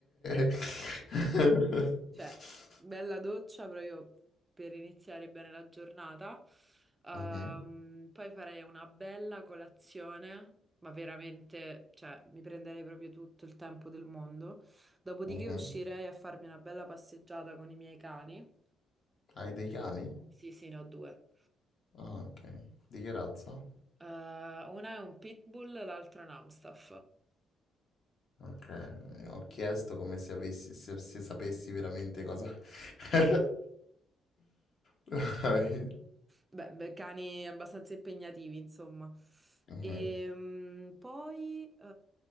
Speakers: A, on the left; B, on the right.
A: <laughs>
B: Cioè, bella doccia proprio per iniziare bene la giornata. Ehm,
A: Mhm,
B: poi farei una bella colazione, ma veramente, cioè, mi prenderei proprio tutto il tempo del mondo. Dopodiché
A: mhm.
B: uscirei a farmi una bella passeggiata con i miei cani.
A: Hai dei cani?
B: Sì, sì, ne ho due.
A: Ah, ok. Di che razza?
B: Eh, una è un pitbull, l'altra è un Amstaff.
A: Ok, ho chiesto come se avessi, se, se sapessi veramente cosa... <laughs>
B: <laughs>
A: Dai.
B: Beh, beh, cani abbastanza impegnativi, insomma.
A: Mhm.
B: E poi, eh,